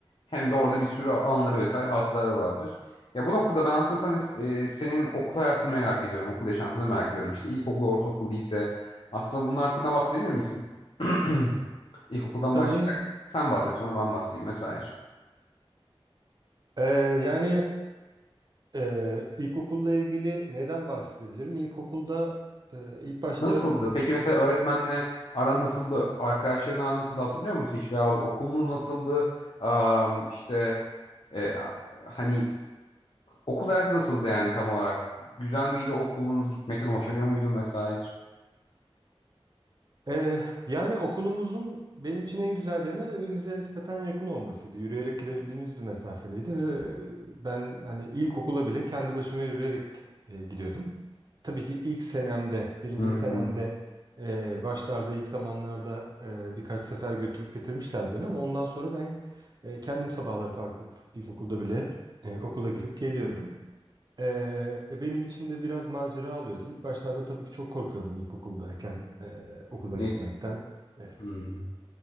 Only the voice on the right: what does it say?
Tabii.
Ee, yani e, ilkokulla ilgili neyden bahsedebilirim? İlkokulda e, ilk başta
Ee, yani okulumuzun benim için en güzel yanı evimize nispeten yakın olmasıydı. Yürüyerek gidebildiğimiz bir mesafedeydi ve e, ben hani ilkokula bile kendi başıma yürüyerek e, gidiyordum. Tabii ki ilk senemde, birinci
senemde e, başlarda ilk zamanlarda e, birkaç sefer götürüp getirmişler beni ama ondan sonra ben e, kendim sabahları kalkıp ilkokulda bile e, okula gidip geliyordum. Ee, e, benim için de biraz macera alıyordu. İlk başlarda tabii ki çok korkuyordum ilkokuldayken e, okula
gitmekten. Evet.